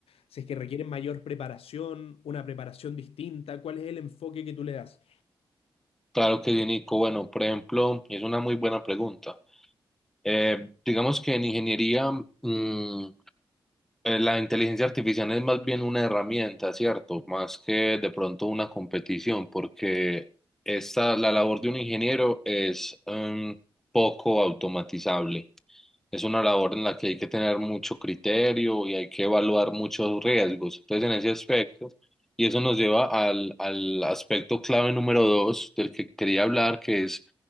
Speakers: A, on the left; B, in the centre.
A: Si es que requieren mayor preparación, una preparación distinta, ¿cuál es el enfoque que tú le das?
B: Claro que sí, Nico. Bueno, por ejemplo, es una muy buena pregunta. Eh, digamos que en ingeniería, mm, eh, la inteligencia artificial es más bien una herramienta, ¿cierto? Más que de pronto una competición, porque esta, la labor de un ingeniero es mm, poco automatizable. es una labor en la que hay que tener mucho criterio y hay que evaluar muchos riesgos. Entonces, en ese aspecto, y eso nos lleva al, al aspecto clave número dos del que quería hablar, que es